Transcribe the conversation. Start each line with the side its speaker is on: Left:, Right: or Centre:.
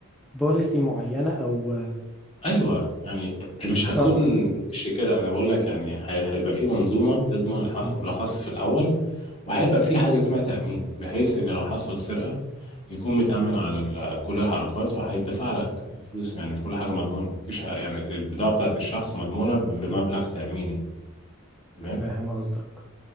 Centre: بوليسي معينة او
Left: ايوه يعني <clears throat> مش هتكون
Centre: اه
Left: وش كده انا بقول لك يعني هي- هيبقى في منظومه تضمن الحق
Centre: م.
Left: بالاخص في الاول وهيبقى في حاجه اسمها تامين بحيث ان لو حصل سرقه يكون متامن على ال- كل الحركات وهيدفع لك فلوس يعني في كل حاجه مضمونه مفيش ح- يعني البضاعه بتاعت الشخص مضمونه بمبلغ تاميني تمام
Centre: فاهم قصدك